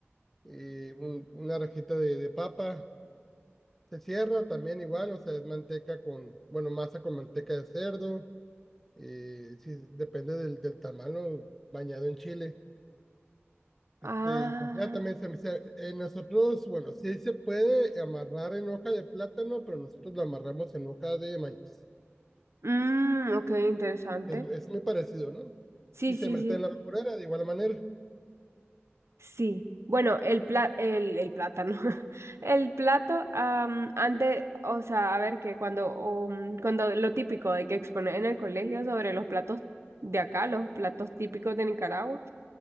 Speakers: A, in the centre; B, on the right.
A: eh, un- una rajita de, de papa. Se cierra también igual, o sea, es manteca con, bueno, masa con manteca de cerdo. eh, sí, depende del, del tamal, ¿no? Bañado en chile. Este,
B: Ah,
A: y pues ya también se me se- eh, nosotros, bueno, sí se puede amarrar en hoja de plátano, pero nosotros lo amarramos en hoja de maíz.
B: mm, ok, interesante.
A: Es, es muy parecido, ¿no?
B: Sí,
A: Y
B: sí,
A: se mete
B: sí.
A: en la vaporera de igual manera.
B: Sí, bueno, el pla- el, el plátano. <laughs> El plato, am, antes, o sea, a ver que cuando, um, cuando lo típico de que exponer en el colegio sobre los platos de acá, los platos típicos de Nicaragua,